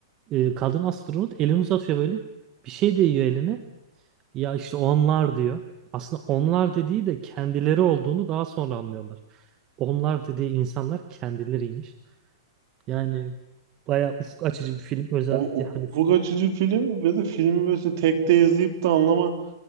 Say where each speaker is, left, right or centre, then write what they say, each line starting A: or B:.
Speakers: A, on the right; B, on the right.
A: E, kadın astronot elini uzatıyor böyle. Bir şey değiyor eline. Ya işte onlar diyor. Aslında onlar dediği de kendileri olduğunu daha sonra anlıyorlar. Onlar dediği insanlar kendileriymiş. Yani bayağı ufuk açıcı bir film. Özellikle
B: O, o
A: hani
B: ufuk açıcı film ve de filmi böyle tek de izleyip de anlama